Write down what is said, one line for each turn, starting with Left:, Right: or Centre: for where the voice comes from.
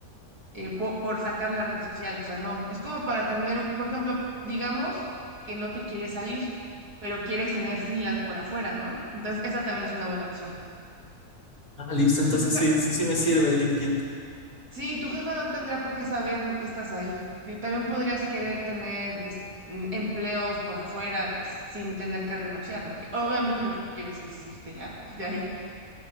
Right: eh, po- por, sacar la red social, o sea, no, es como para tener, por ejemplo, digamos que no te quieres salir, pero quieres tener freelance por afuera, ¿no? Entonces, esa también es una buena opción.
Left: Ah, listo, entonces
Right: O sea, tu je-
Left: sí, sí, sí me sirve LinkedIn.
Right: sí, tu jefa no tendrá por qué saber por qué estás ahí. Digo, También podrías querer tener es- mm, empleos por afuera sin tener que renunciar, ¿no? Que obviamente lo que tú quieres es irte ya <laughs> de ahí.